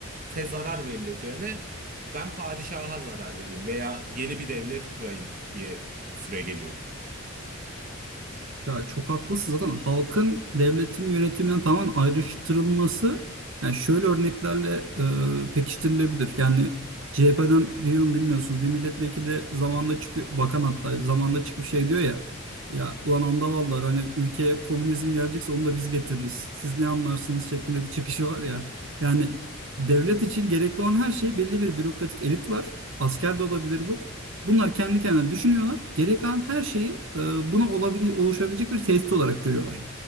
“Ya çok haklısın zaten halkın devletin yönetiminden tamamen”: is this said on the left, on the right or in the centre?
Right